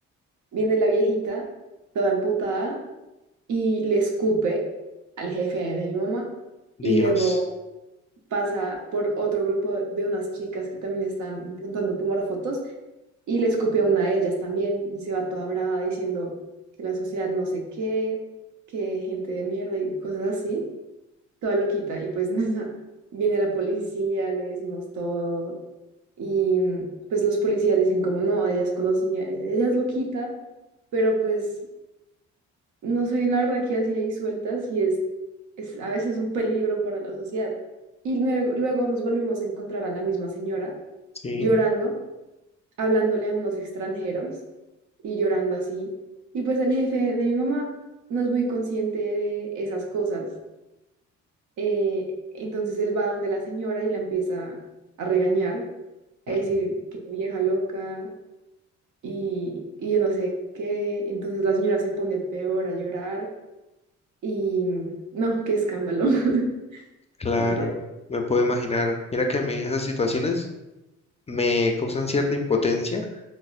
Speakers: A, on the right; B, on the left.
A: Viene la viejita, toda amputada, y le escupe al jefe de mi mamá.
B: Dios.
A: Y luego pasa por otro grupo de unas chicas que también están intentando tomar fotos y le escupe a una de ellas también y se va toda brava diciendo que la sociedad no sé qué, que gente de mierda y cosas así, toda loquita. Y pues <laughs> nada, viene la policía, le decimos todo y mm, pues los policías dicen como no, ella es conocida, ella, ella es loquita, pero pues no sé la verdad qué hace ahí sueltas y es, es a veces un peligro para la sociedad. Y luego, luego nos volvimos a encontrar a la misma señora
B: Sí,
A: llorando, hablándole a unos extranjeros y llorando así. Y pues el jefe de mi mamá no es muy consciente de esas cosas. Eh, entonces él va donde la señora y la empieza a regañar, a
B: mm,
A: decir que vieja loca y, y yo no sé qué. Entonces la señora se pone peor a llorar Y mm, no, qué escándalo. <laughs>
B: claro,
A: Y ya.
B: me puedo imaginar. Mira que a mí esas situaciones me causan cierta impotencia